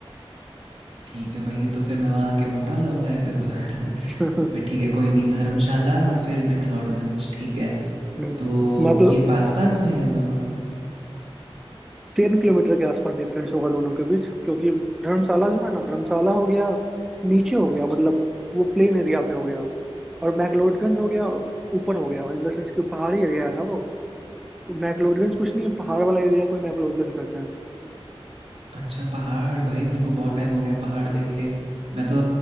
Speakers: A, on the right; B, in the centre.
A: ठीक है भाई, ये तो फिर मैं वहाँ आके मोटा हो जाऊँगा ऐसे तो। <laughs>
B: <laughs>
A: पर ठीक है, कोई नहीं धर्मशाला और फिर मैक्लोडगंज ठीक है।
B: हम्म,
A: तो
B: मैक्लो
A: ये पास-पास में है दोनों?
B: तीन किलोमीटर के आसपास डिफरेंस होगा दोनों के बीच क्योंकि धर्मशाला जो है ना धर्मशाला हो गया नीचे हो गया मतलब वो प्लेन एरिया पे हो गया और मैक्लोडगंज हो गया ऊपर हो गया इन द सेंस कि वो पहाड़ी एरिया है ना वो तो मैक्लोडगंज कुछ नहीं है पहाड़ वाला एरिया को ही मैक्लोडगंज कहते हैं
A: अच्छा पहाड़ भाई मेरे को बहुत टाइम हो गया पहाड़ देखे मैं तो